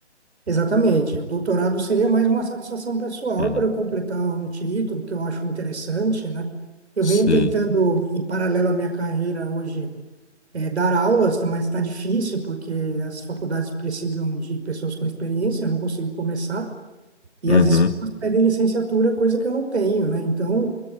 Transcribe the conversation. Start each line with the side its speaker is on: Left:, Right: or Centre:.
Right: Exatamente. O doutorado seria mais uma satisfação pessoal
Left: Uhum.
Right: para eu completar um título que eu acho interessante, né? Eu
Left: Sim.
Right: venho tentando, em paralelo à minha carreira hoje, eh, dar aulas, tá- mas está difícil porque as faculdades precisam de pessoas com experiência, eu não consigo começar. E
Left: Uhum.
Right: as escolas pedem licenciatura, coisa que eu não tenho, né? Então,